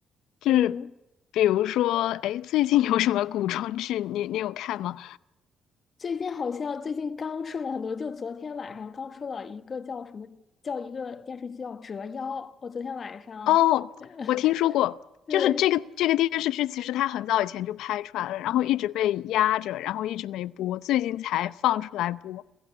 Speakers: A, on the left (about 85°); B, on the left (about 45°).
A: 就是比如说，
B: 嗯。
A: 哎，最近有什么古装剧？你你有看吗？
B: 最近好像最近刚出了很多，就昨天晚上刚出了一个叫什么，叫一个电视剧叫《折腰》。我昨天晚上，
A: 哦，
B: <laughs>
A: 我听说过，
B: 对，
A: 就是这个这个电视剧，其实它很早以前就拍出来了，然后一直被压着，然后一直没播，最近才放出来播。